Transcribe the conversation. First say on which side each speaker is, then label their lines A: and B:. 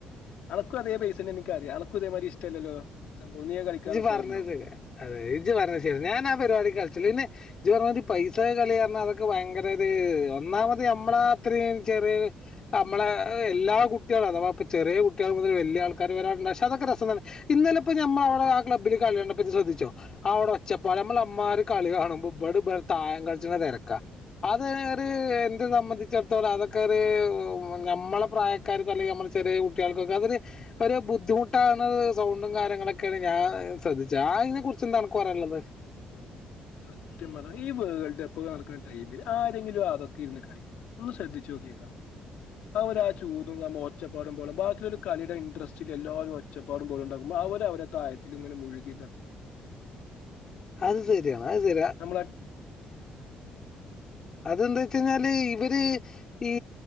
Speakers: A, on the left (about 65°); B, on the left (about 30°).
A: അനക്കും അതേ പൈസന്നെ എനിക്കറിയ അണക്കും അതേമാതിരി ഇഷ്ടല്ലല്ലോ സംഭവം നീ അത് കളിക്കാൻ
B: ഇജ്ജ്
A: നീക്കാറുണ്ടോ?
B: പറഞ്ഞത് ശരിയാ അതെ ഇജ്ജ് പറഞ്ഞ ശരി ഞാൻ ആഹ് പരിപാടി കളിച്ചലില്ല പിന്നെ ഇജ്ജ് പറഞ്ഞമാതിരി പൈസളെ കളി പറഞ്ഞാ അതൊക്കെ ഭയങ്കരത് ഒന്നാമത് നമ്മളാ അത്രയും ചെറിയ നമ്മളെ എല്ലാ കുട്ടികളും അഥവാ ഇപ്പൾ ചെറിയ കുട്ടികൾ മുതൽ വലിയൾക്കാര് വരാറണ്ട് പക്ഷെ അതൊക്കെ രസം തന്നെ. ഇന്നലെ ഇപ്പോ ഞമ്മവിടെ ആഹ് ക്ലബ്ബില് കളി കണ്ടപ്പോ ഇജ്ജ് അത് ശ്രദ്ധിച്ചോ? അവിടെ ഒച്ചപ്പാട് നമ്മൾ അമ്മമാര് കളി കാണുമ്പ ഇവിടെ തായം കളിച്ചെണെ തിരക്കാ. അത് ഒരു എന്ത് സംബന്ധിച്ചിടത്തോളം അതൊക്കെ ഒരു ഞമ്മളെ പ്രായ ക്കാർക്കും അല്ലെങ്കിൽ നമ്മൾ ചെറിയ കുട്ടികൾക്കൊക്കെ അതൊ ഒരു ബുദ്ധിമുട്ടാണ് സൗണ്ടും കാര്യങ്ങളൊക്കെ. ഒക്കാണ് ഞാൻ ശ്രദ്ധിച്ചു ആഹ് അതിനെ കുറിച്ച് എന്താ അനക്ക് പറയാനുള്ളത്.
A: സത്യം പറഞ്ഞൽ ഈ വേൾട് കപ്പ് നടക്കുന്ന ടൈമിൽ ആരെങ്കിലും അതൊക്കെ ഇരുന്ന് കാളി ഒന്ന് ശ്രദ്ധിച്ചു നോക്കിയകാ. അവർ ആഹ് ചൂതും നമ്മ ഒച്ചപ്പാടും പോലും ബാക്കിയൊ ഒരു കളിയുടെ ഇൻട്രസ്റ്റിൽ എല്ലാവരും ഒച്ചപ്പാടും പോലും ഉണ്ടാക്കുമ്പോൾ അവര് അവരെ തായത്തില ഇങ്ങനെ മുഴുകിണം
B: അത് ശരിയാണ് അത് ശരി
A: നമ്മള
B: അതെന്താ വെച്ച കഴിഞ്ഞാല് ഇവര് ഈ